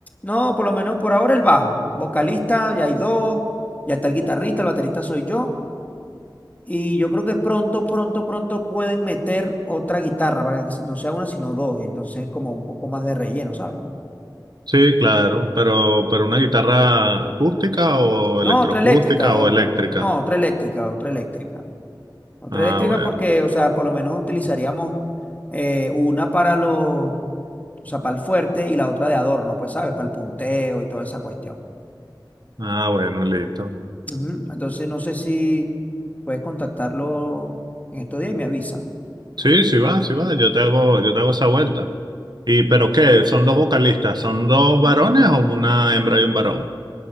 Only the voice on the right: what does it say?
Sí, claro, pero, pero una guitarra acústica o
electroacústica
o eléctrica.
Ah,
bueno.
Ah, bueno, listo.
Sí, sí va, sí va. Yo te hago, yo te hago esa vuelta. ¿Y pero qué? ¿Son dos vocalistas? ¿Son dos varones o una hembra y un varón?